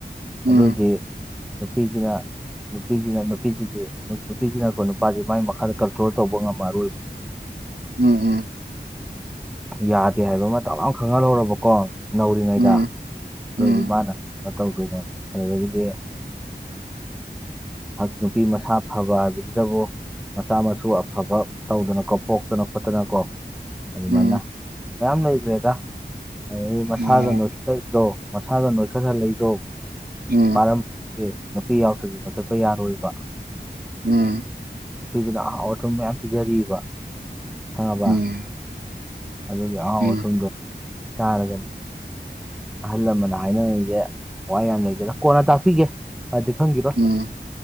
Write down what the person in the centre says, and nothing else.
ꯑꯗꯨ ꯑꯣꯏꯗꯤ ꯅꯨꯄꯤꯁꯤꯅ ꯅꯨꯄꯤꯁꯤꯅ ꯅꯨꯄꯤꯁꯤꯒꯤ ꯅꯨꯄꯤꯁꯤꯅꯀꯣ ꯅꯨꯄꯥꯁꯤ ꯃꯥꯏ ꯃꯈꯥꯗ ꯀꯟꯇ꯭ꯔꯣꯜ ꯇꯧꯕ ꯉꯝꯃꯔꯣꯏꯕ
ꯌꯥꯗꯦ ꯍꯥꯏꯕ ꯃꯇꯝ ꯑꯃ ꯈꯪꯍꯜꯍꯧꯔꯕꯀꯣ ꯅꯧꯔꯤꯉꯩꯗ
ꯑꯗꯨ
ꯑꯣꯏꯔꯗꯤ ꯃꯥꯅ ꯀꯩꯅꯣ ꯇꯧꯗꯣꯏꯅꯦꯕ ꯑꯗꯨꯗꯒꯤꯗꯤ ꯍꯛ ꯅꯨꯄꯤ ꯃꯁꯥ ꯐꯕ ꯍꯥꯏꯕꯁꯤꯗꯕꯨ ꯃꯆꯥ ꯃꯁꯨ ꯑꯐꯕ ꯇꯧꯗꯅꯀꯣ ꯄꯣꯛꯇꯅ ꯈꯣꯠꯇꯅꯀꯣ ꯑꯗꯨꯃꯥꯏꯅ
ꯃꯌꯥꯝ ꯂꯩꯈ꯭ꯔꯦꯗ ꯑꯗꯒꯤ ꯃꯁꯥꯒ
ꯅꯣꯏ ꯂꯩꯗꯣ ꯃꯁꯥꯅ ꯅꯣꯏꯈꯠꯍꯜꯂꯛꯏꯗꯣ
ꯄꯔ ꯅꯨꯄꯤ ꯌꯥꯎꯗ꯭ꯔꯗꯤ ꯉꯈꯠꯄ ꯌꯥꯔꯣꯏꯕ
ꯅꯨꯄꯤꯗꯨꯅ ꯑꯍꯥꯎ ꯑꯊꯨꯝꯕ ꯃꯌꯥꯝ ꯄꯤꯖꯔꯤꯕ ꯈꯪꯉꯕ
ꯑꯗꯨꯒꯤ ꯑꯋꯥꯥꯎ
ꯑꯊꯨꯝꯗꯣ ꯆꯥꯔꯒꯅꯤ ꯑꯍꯜ ꯂꯃꯟꯅ ꯍꯥꯏꯅꯔꯤꯏꯁꯦ ꯋꯥ ꯌꯥꯝ ꯂꯩꯒꯦꯗ ꯀꯣꯟꯅ ꯇꯥꯛꯄꯤꯒꯦ ꯐꯗꯤ ꯈꯪꯒꯤꯔꯣ